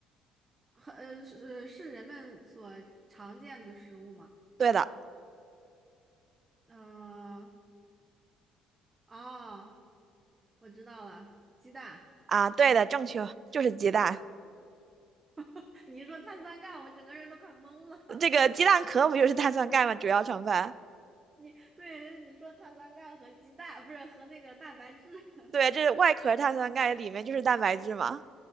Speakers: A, on the right; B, on the right.
A: 很呃是呃是人们所常见的食物吗？
B: 对的，
A: 呃，哦，我知道了，鸡蛋。
B: 啊、对的，正确，就是鸡蛋，
A: <laughs> 你一说碳酸钙，我整个人都快懵了。<laughs>
B: 这个鸡蛋壳不就是碳酸钙吗？主要成分，
A: 你对，你说碳酸钙和鸡蛋，不是和那个蛋白质。<laughs>
B: 对，这是外壳碳酸钙，里面就是蛋白质嘛。